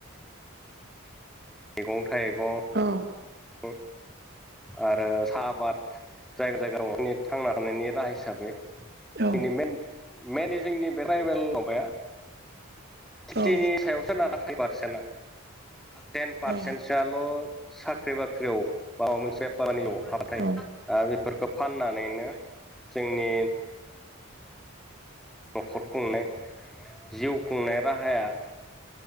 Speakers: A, in the centre; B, on the right (about 45°).
A: मैगं थाइगं
B: औ
A: अ आरो साहा आबाद जायगा जायगा दंङ थांना थानायनि राहा हिसाबै
B: औ
A: जोंनि मेनलि जोंनि बे ट्राइबेल माबाया फिफ्टिनि
B: औ
A: सायावसो नाना फाइभ पारसेन्टआ टेन पारसेन्टसोआल'
B: औ
A: फाख्रि बाख्रियाव माबा मोनसे बारानि हाबाथाय
B: औ
A: ओ बेफोरखौ फाननानैनो जोंनि न'खर खुंनाय जिउ खुंनाय राहाया